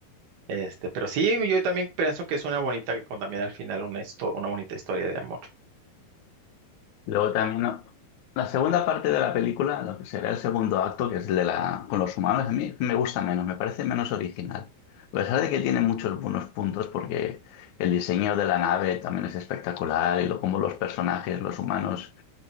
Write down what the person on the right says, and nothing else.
Este, pero sí, yo también pienso que es una bonita, con también al final una, histo- una bonita historia de amor.